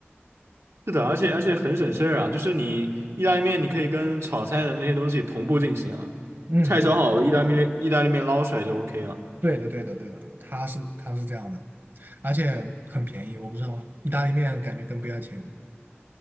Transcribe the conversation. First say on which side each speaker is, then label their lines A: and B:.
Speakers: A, on the right; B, on the right.
A: 是的，而且而且很省事儿啊，就是你意大利面，你可以跟炒菜的那些东西同步进行啊。
B: 嗯，
A: 菜炒好了，
B: 对的，
A: 意大利面意大利面捞出来就 OK 了。
B: 对的，对的，对的，它是它是这样的，而且很便宜。我不知道意大利面感觉跟不要钱一样。